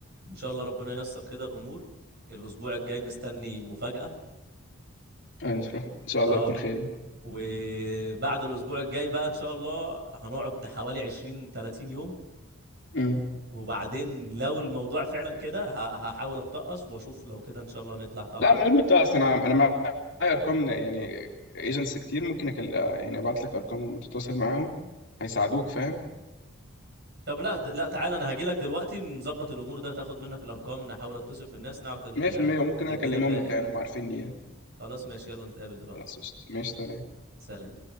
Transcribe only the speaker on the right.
إن شاء الله ربنا ييسر كده الأمور الأسبوع الجاي مستني مفاجأة
اه
وبعد الأسبوع الجاي بقى إن شاء الله هنقعد حوالي 20 30 يوم
وبعدين لو الموضوع فعلا كده ه- هحاول أتقص وأشوف لو كده إن شاء الله نطلع طلعة
طب لا لا تعالى انا هاجي لك دلوقتي نظبط الامور ده تاخد منك الارقام نحاول اتصل بالناس نعرف ال-
ال-
الدنيا
فيها
ايه
خلاص ماشي يلا نتقابل دلوقتي
سلام